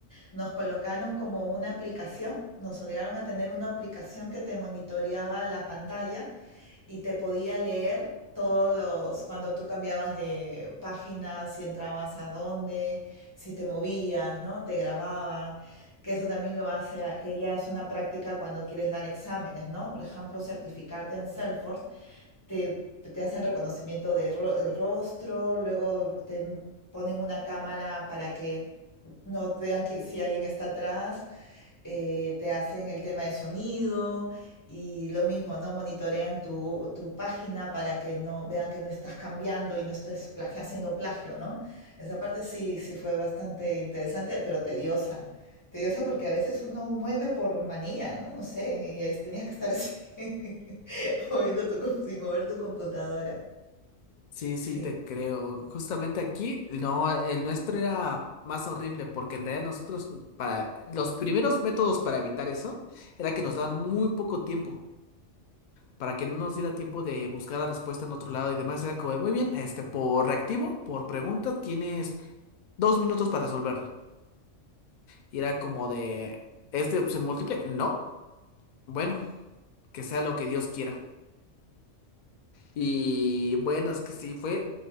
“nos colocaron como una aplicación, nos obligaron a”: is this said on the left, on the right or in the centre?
Left